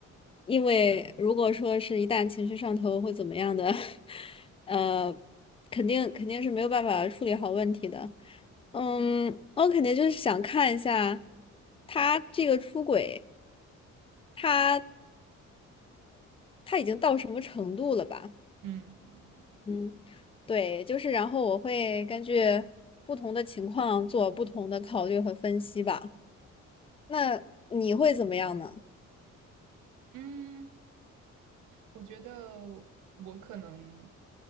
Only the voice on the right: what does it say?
嗯。
嗯，我觉得我可能